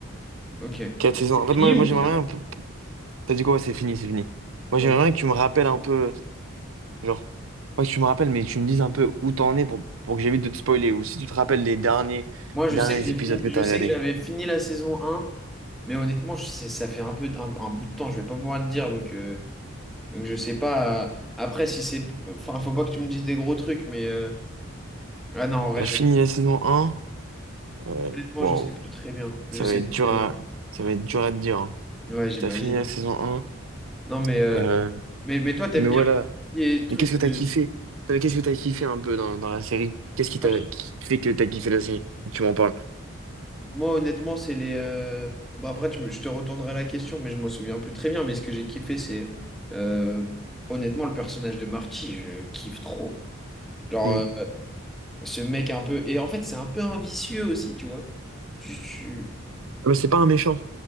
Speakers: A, in the centre; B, on the right.
A: Ok. C'est
B: quatre saisons. En fait,
A: fini
B: moi,
A: ou
B: moi j'aimerais
A: ça?
B: bien. un peu- T'as dit quoi? Ouais, C'est fini, c'est fini. Moi,
A: Ok.
B: j'aimerais bien que tu me rappelles un peu. Genre, pas que tu me rappelles, mais tu me dises un peu où t'en es pour, pour que j'évite de te spoiler. Ou si tu te rappelles les derniers,
A: Moi, je
B: derniers
A: sais que j'ai
B: épisodes
A: fini,
B: que
A: je
B: t'as
A: sais
B: regardés.
A: que j'avais fini la saison un. mais honnêtement, je sais- ça fait un peu un, un bout de temps, je vais pas pouvoir te dire, donc, euh, donc je sais pas. euh, après, si c'est. Enfin, faut pas que tu me dises des gros trucs, mais. euh, ah non, en vrai,
B: T'as
A: je,
B: fini la saison un Euh,
A: honnêtement,
B: wow.
A: je sais plus très bien. Je
B: Ça
A: sais
B: va être
A: plus
B: dur
A: très
B: à,
A: bien.
B: ça va être dur à te dire. hein.
A: Ouais, j'imagine.
B: T'as fini la saison un
A: Non, mais, euh,
B: Euh,
A: mais, mais toi, t'aimes
B: mais voilà.
A: bien les trucs
B: Mais qu'est-ce
A: de.
B: que t'as kiffé? Non, mais qu'est-ce que t'as kiffé un peu dans, dans la série? Qu'est-ce qui t'a
A: Moi, je-
B: qui fait que t'as kiffé la série? Tu m'en parles.
A: moi, honnêtement, c'est les. euh, bah, après, tu me- je te retournerai la question, mais je m'en souviens plus très bien. Mais ce que j'ai kiffé, c'est. euh, Honnêtement, le personnage de Marty, je le kiffe trop, quoi. Genre,
B: Mm.
A: euh, ce mec un peu. Et en fait, c'est un peu un vicieux aussi, tu vois. Tu, tu-
B: Ah bah, c'est pas un méchant.